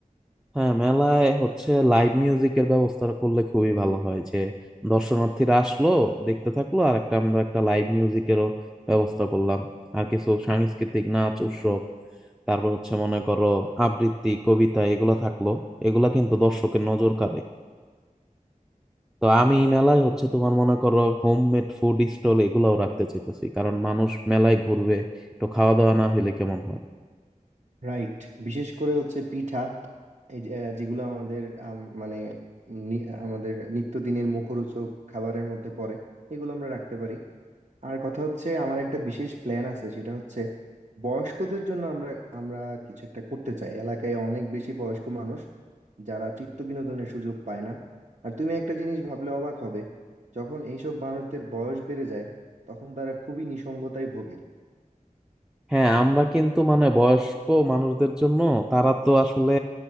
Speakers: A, in the centre; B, on the right.
A: হ্যাঁ মেলায় হচ্ছে লাইভ মিউজিকের ব্যবস্থা করলে খুবই ভালো হয় যে দর্শনার্থীরা আসলো দেখতে থাকলো আর একটা আমরা একটা লাইভ মিউজিকেরও ব্যবস্থা করলাম আর কিছু সাংস্কৃতিক নাচ উৎসব তারপর হচ্ছে মনে করো আবৃত্তি কবিতা এগুলা থাকলো এগুলা কিন্তু দর্শকের নজর কাড়ে তো আমি মেলায় হচ্ছে তোমার মনে করো হোমমেড ফুড স্টল এগুলাও রাখতে চাইতেছি কারণ মানুষ মেলায় ঘুরবে তো খাওয়া দাওয়া না হইলে কেমন হয়
B: রাইট বিশেষ করে হচ্ছে পিঠা এই যে, আহ, যেগুলো আমাদের আম, মানে নি- আমাদের নিত্যদিনের মুখরোচক খাবারের মধ্যে পড়ে এগুলো আমরা রাখতে পারি আর কথা হচ্ছে আমার একটা বিশেষ প্ল্যান আছে সেটা হচ্ছে বয়স্কদের জন্য আমরা আমরা কিছু একটা করতে চাই এলাকায় অনেক বেশি বয়স্ক মানুষ যারা চিত্ত বিনোদনের সুযোগ পায় না আর তুমি একটা জিনিস ভাবলে অবাক হবে যখন এইসব মানুষদের বয়স বেড়ে যায় তখন তারা খুবই নিসঙ্গতায় ভোগে
A: হ্যাঁ আমরা কিন্তু মানে বয়স্ক মানুষদের জন্য তারা তো আসলে